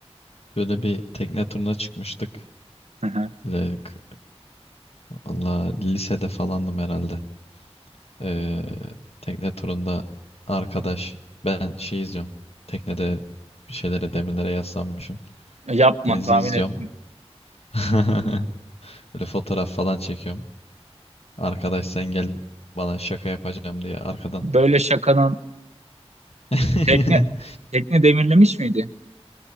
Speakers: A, on the left; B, on the right.
A: Böyle bir tekne turuna çıkmıştık.
B: Hı hı.
A: Böyle k- Allah lisede falandım herhalde. Ee, tekne turunda arkadaş ben şey izliyorum. Teknede bir şeylere demirlere yaslanmışım.
B: Yapma
A: Denizi
B: tahmin
A: izliyorum.
B: ettim.
A: <laughs> Böyle fotoğraf falan çekiyorum. Arkadaş sen gel bana şaka yapacağım diye arkadan.
B: Böyle şakanın
A: <laughs>
B: tekne tekne demirlemiş miydi?